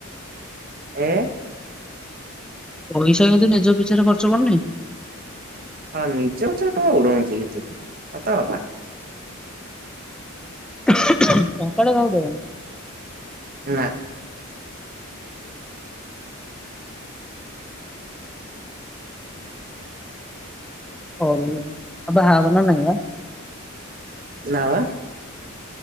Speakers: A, on the right (about 40°); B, in the centre.
A: ଏ
B: ପଇସା କିନ୍ତୁ ନିଜ ପିଛରେ ଖର୍ଚ୍ଚ ପାରୁନି।
A: ହଁ ନିଜେ <unintelligible> ଉଡଉଛି କିନ୍ତୁ ସତକଥା
B: ଟଙ୍କାଟେ କାହାକୁ ଦେବେନି
A: ନା
B: ହଉ ଆଉ ବାହାହବ ନା ନାହିଁ ବା
A: ନା ବା